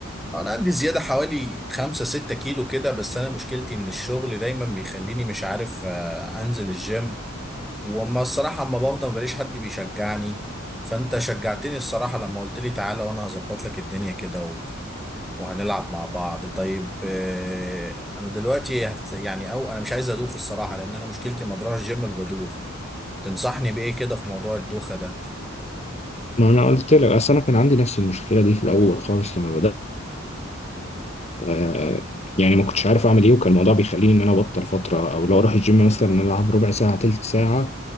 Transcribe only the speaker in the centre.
انا عندي زيادة حوالي خمسة ستة كيلو كده بس انا مشكلتي ان الشغل دايما بيخليني مش عارف آه، انزل الجيم وما الصراحة اما بفضل مبلاقيش حد بيشجعني فانت شجعتني الصراحة لما قلت لي تعالى وانا هظبط لك الدنيا كده و... وهنلعب مع بعض طيب آه، انا دلوقتي هت... يعني او انا مش عايز ادوخ الصراحة لان انا مشكلتي لما بروح الجيم بدوخ تنصحني بايه كده في موضوع الدوخة ده